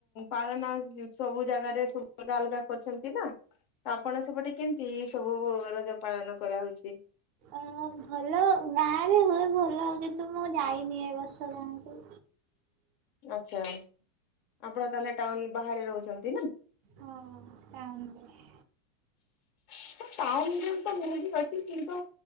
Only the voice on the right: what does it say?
ଅ ଭଲ। ଗାଁରେ ହୁଏ ଭଲ କିନ୍ତୁ ମୁଁ ଯାଇନି ଏ ବର୍ଷ ଗାଁକୁ।
ହଁ ଟାଉନ ରେ।